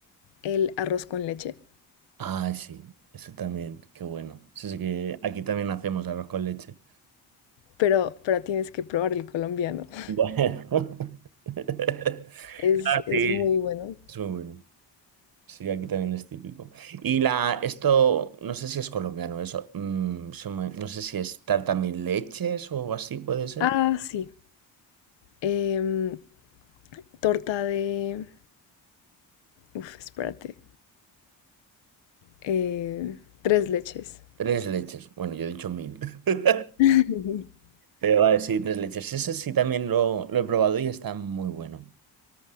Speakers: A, on the left; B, on the right.
A: el arroz con leche,
B: Ah, sí, eso también, qué bueno. Eso sí que aquí también hacemos arroz con leche.
A: pero, pero tienes que probar el colombiano. <laughs>
B: Bueno. <laughs>
A: Es, es
B: Sí.
A: muy bueno.
B: Es muy bueno. Sí, aquí también es típico. Y la, esto, no sé si es colombiano, eso. mm, se me- no sé si es tarta mil leches o así, puede ser.
A: Ah, sí. em, torta de... Uf, espérate. eh, tres leches.
B: Tres leches. Bueno, yo he dicho mil. <laughs>
A: <laughs>
B: Pero vale, sí, tres leches. Ese sí también lo, lo he probado y está muy bueno.